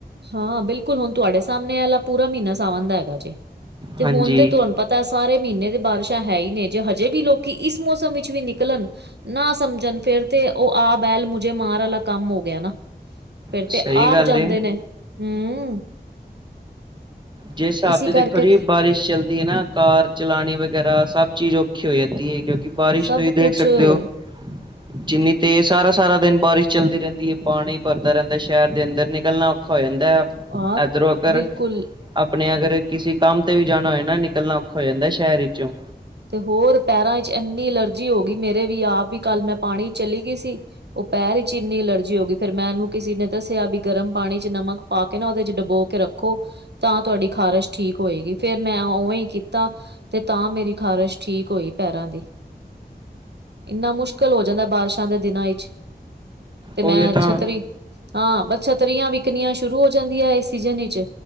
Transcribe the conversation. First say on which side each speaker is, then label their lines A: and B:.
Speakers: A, on the right (about 85°); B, on the right (about 25°).
A: ਹਾਂ ਬਿਲਕੁੱਲ ਹੁਣ ਤੁਹਾਡੇ ਸਾਹਮਣੇ ਐ ਆਲਾ ਪੂਰਾ ਮ੍ਹੀਨਾ ਸਾਵਣ ਦਾ ਹੈਗਾ ਜੇ 'ਤੇ
B: ਹਾਂਜੀ,
A: ਹੁਣ ਤੇ ਤੁਹਾਨੂੰ ਪ ਤਾ ਸਾਰੇ ਮ੍ਹੀਨੇ ਦੇ ਬਾਰਿਸ਼ਾਂ ਹੈ ਈ ਨੇ ਜੇ ਹਜੇ ਵੀ ਲੋਕੀ ਇਸ ਮੌਸਮ ਵਿੱਚ ਵੀ ਨਿਕਲਣ ਨਾ ਸਮਝਣ ਫੇਰ 'ਤੇ ਓ ਆ ਬੈਲ ਮੁਝੇ ਮਾਰ ਆਲਾ ਕੰਮ ਹੋ ਗਿਆ ਨਾ। ਫੇਰ
B: ਸਹੀ
A: 'ਤੇ ਆਪ
B: ਗੱਲ
A: ਜਾਂਦੇ
B: ਏ।
A: ਨੇ, ਹੂੰ।
B: ਜਿਸ ਹਿਸਾਬ
A: ਇਸੀ
B: 'ਤੇ
A: ਕਰਕੇ
B: ਦੇਖੋ ਜੀ ਬਾਰਿਸ਼ ਚੱਲਦੀ ਏ ਨਾ ਕਾਰ ਚਲਾਣੀ ਵਗੈਰਾ ਸਭ ਚੀਜ਼ ਔਖੀ ਹੋ ਜਾਂਦੀ ਏ ਕਿਉਂਕਿ ਬਾਰਿਸ਼
A: ਸਭ
B: ਤੁਸੀਂ ਦੇਖ
A: ਕੁਛ
B: ਸਕਦੇ ਓ
A: <inaudible>
B: ਜਿੰਨੀ ਤੇਜ਼ ਸਾਰਾ- ਸਾਰਾ ਦਿਨ ਬਾਰਿਸ਼ ਚੱਲਦੀ ਰਹਿੰਦੀ ਐ, ਪਾਣੀ ਭਰਦਾ ਰਹਿੰਦਾ ਸ਼ਹਿਰ ਦੇ ਅੰਦਰ ਨਿਕਲਣਾ ਔਖਾ ਹੋ ਜਾਂਦਾ,
A: ਆ
B: ਇਦਰਰੋਂ, ਔਰਦ।
A: ਬਿਲਕੁਲ
B: ਆਪਣੇ ਅਗਰ ਕਿਸੇ, ਕੰਮ ਤੇ ਵੀ ਜਾਣਾ ਹੋਏ ਨਾ ਨਿਕਲਣਾ ਔਖਾ ਹੋ ਜਾਂਦਾ, ਸ਼ਹਿਰ ਵਿੱਚੋਂ।
A: ਤੇ ਹੋਰ, ਪੈਰਾਂ ਵਿੱਚ ਇੰਨੀ ਅਲਰਜੀ ਹੋ ਗਈ, ਮੇਰੇ ਵੀ ਆਪ ਵੀ ਕੱਲ ਮੈਂ ਪਾਣੀ ਚਲੀ। ਗੀ ਸੀ ਉਹ ਪੈਰ ਵੀਚ ਇੰਨੀ ਅਲਰਜੀ ਹੋ ਗਈ, ਫੇਰ ਮੈਂ ਇਹਨੂੰ ਕਿਸੇ ਨੇ ਦੱਸਿਆ ਵੀ, ਗਰਮ ਪਾਣੀ ਚ ਨਮਕ ਪਾਕੇ ਨਾ, ਉਹਦੇ ਚ ਡਬੋ ਕੇ ਰੱਖੋ। ਤਾਂ ਤੁਹਾਡੀ ਖ਼ਾਰਸ਼ ਠੀਕ ਹੋਏਗੀ। ਫੇਰ ਮੈਂ ਉਵੇਂ ਹੀ ਕੀਤਾ। ਤੇ ਤਾਂ ਮੇਰੀ ਖ਼ਾਰਸ਼, ਠੀਕ ਹੋਈ ਪੈਰਾਂ ਦੀ। ਇੰਨਾ ਮੁਸ਼ਕਿਲ ਹੋ ਜਾਂਦਾ, ਬਾਰਿਸ਼ਾਂ ਦੇ ਦਿਨਾਂ ਵਿੱਚ, ਤੇ ਮੈਂ
B: ਉਹੀ ਤਾਂ
A: ਛੱਤਰੀ ਹਾਂ ਬਸ ਛੱਤਰੀਆਂ ਵਿਕਣੀਆਂ ਸ਼ੁਰੂ ਹੋ ਜਾਂਦੀਆਂ। ਐਸ ਸੀਜਨ ਵਿਚ।